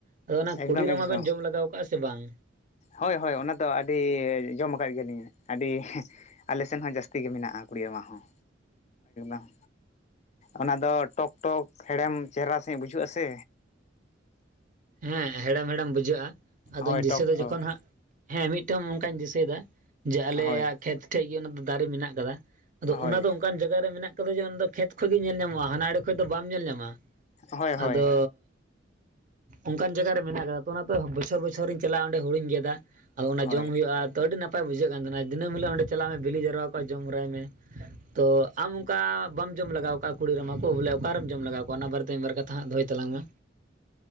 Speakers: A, on the right; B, on the left.
A: ᱛᱚ ᱚᱱᱟ
B: ᱮᱠᱫᱚᱢ
A: ᱠᱩᱰᱤᱜᱨᱟᱢᱟ
B: ᱮᱠᱫᱚᱢ
A: ᱵᱮᱱ ᱡᱚᱢ ᱞᱮᱟᱜᱟᱣ ᱠᱟᱜᱼᱟ ᱥᱮ ᱵᱟᱝ?
B: ᱦᱳᱭ ᱦᱳᱭ ᱚᱱᱟ ᱫᱚ ᱟᱹᱰᱤ ᱡᱚᱢ ᱟᱠᱟᱫ ᱜᱮᱭᱟᱞᱤᱧᱟ ᱟᱹᱰᱤ ᱟᱞᱮ ᱥᱮᱱ ᱦᱚᱸ ᱡᱟᱹᱥᱛᱤ ᱜᱮ ᱢᱮᱱᱟᱜᱼᱟ ᱠᱩᱲᱤ ᱨᱟᱢᱟ ᱦᱚᱸ <unintelligible> ᱚᱱᱟ ᱫᱚ ᱴᱚᱠ ᱴᱚᱠ ᱦᱮᱲᱮᱢ ᱪᱮᱦᱨᱟ ᱥᱟᱦᱤᱡ ᱵᱩᱡᱷᱟᱹᱜᱟ ᱥᱮ
A: ᱦᱮᱸ ᱦᱮᱲᱮᱢ ᱦᱮᱲᱮᱢ ᱵᱩᱡᱷᱟᱹᱜᱼᱟ ᱟᱫᱚᱧ
B: ᱦᱳᱭ
A: ᱫᱤᱥᱟᱹ
B: ᱴᱚᱠ
A: ᱫᱟ
B: ᱴᱚᱠ
A: ᱡᱚᱠᱷᱚᱱ ᱦᱟᱸᱜ ᱦᱮᱸ ᱢᱤᱫᱴᱟᱝ ᱚᱱᱠᱟᱧ ᱫᱤᱥᱟᱹᱭᱫᱟ ᱡᱮ ᱟᱞᱮᱭᱟᱜ
B: ᱦᱳᱭ
A: ᱠᱷᱮᱛ ᱴᱷᱮᱡ ᱜᱮ ᱚᱱᱟ ᱫᱚ ᱫᱟᱨᱮ ᱢᱮᱱᱟᱜ ᱠᱟᱫᱟ᱾ ᱟᱫᱚ
B: ᱦᱳᱭ
A: ᱚᱱᱟ ᱫᱚ ᱚᱱᱠᱟᱱ ᱡᱟᱜᱟ ᱨᱮ ᱢᱮᱱᱟᱜ ᱠᱟᱫᱟ ᱡᱮ ᱠᱷᱮᱛ ᱠᱷᱚᱱ ᱜᱮ ᱧᱮᱞ ᱧᱟᱢᱚᱜᱼᱟ ᱦᱟᱱᱟ ᱟᱹᱲᱮ ᱠᱷᱚᱡ ᱫᱚ ᱵᱟᱢ ᱧᱮᱞ ᱧᱟᱢᱟ
B: ᱦᱳᱭ ᱦᱳᱭ
A: ᱟᱫᱚ ᱚᱱᱠᱟᱱ ᱡᱟᱭᱜᱟ ᱨᱮ ᱢᱮᱱᱟᱜ ᱠᱟᱫᱟ ᱛᱚ ᱚᱱᱟ ᱛᱮ ᱵᱚᱪᱷᱚᱨ ᱵᱚᱪᱷᱚᱨᱧ ᱪᱟᱞᱟᱜᱼᱟ ᱚᱸᱰᱮ ᱦᱩᱲᱩᱧ ᱜᱮᱫᱟ ᱟᱫᱚ ᱚᱱᱟ
B: ᱦᱳᱭ
A: ᱡᱚᱢ ᱦᱩᱭᱩᱜᱼᱟ ᱛᱚ ᱟᱹᱰᱤ ᱱᱟᱯ ᱵᱩᱡᱷᱟᱹᱜ ᱠᱟᱱ ᱛᱟᱦᱮᱱᱟ ᱫᱤᱱᱟᱹᱢ ᱦᱤᱞᱳᱜ ᱚᱸᱰᱮ ᱪᱟᱞᱟᱜ ᱢᱮ ᱵᱤᱞᱤ ᱡᱟᱣᱨᱟ ᱠᱚ ᱡᱚᱢ ᱦᱚᱨᱟᱭ ᱢᱮ ᱛᱚ ᱟᱢ ᱚᱠᱟ ᱵᱟᱢ ᱡᱚᱢ ᱞᱮᱟᱜᱟᱣ ᱠᱟᱜᱼᱟ ᱠᱩᱲᱤᱜ ᱨᱟᱢᱟ ᱠᱚ ᱵᱚᱞᱮ ᱚᱠᱟᱨᱨᱢ ᱡᱚᱢ ᱞᱮᱟᱜᱟᱣ ᱠᱟᱜ-ᱟ ᱚᱱᱟ ᱵᱟᱨᱮᱛᱮ ᱢᱤᱫ ᱵᱟᱨ ᱠᱟᱛᱷᱟ ᱦᱟᱸᱜ ᱫᱚᱦᱚᱭ ᱛᱟᱞᱟᱝ ᱢᱮ